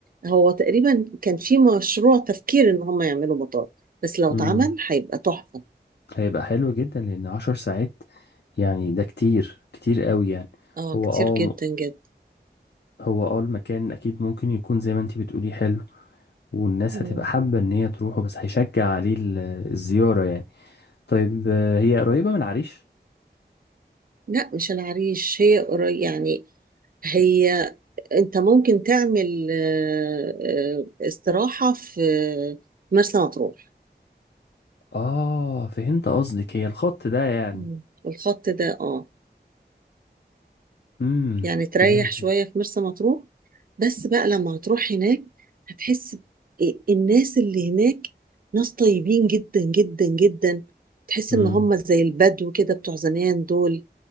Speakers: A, on the right (about 55°); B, on the left (about 70°).
A: هو تقريبا كان في مشروع تفكير ان هم يعملوا مطار بس لو
B: مم.
A: اتعمل هيبقى تحفة
B: هيبقى حلو جدا لأن عشر ساعات يعني ده كتير كتير قوي يعني
A: اه
B: هو
A: كتير
B: اه
A: جدا جدا
B: هو اه المكان أكيد ممكن يكون زي ما انتي بتقولي حلو والناس
A: مم.
B: هتبقى حابة إن هي تروحه بس هيشجع عليه ال- الزيارة يعني طيب آه، هي قريبة من العريش؟
A: لا مش العريش هي قريب يعني هي انت ممكن تعمل آه، آه، استراحة في مرسى مطروح
B: اه فهمت قصدك هي الخط ده يعني
A: مم. الخط ده اه
B: امم
A: يعني تريح
B: فهمت
A: شوية في مرسى مطروح بس بقى لما هتروح هناك هتحس ب- إيه، الناس اللي هناك ناس طيبين جدا جدا جدا تحس
B: امم
A: ان هم زي البدو كده بتوع زمان دول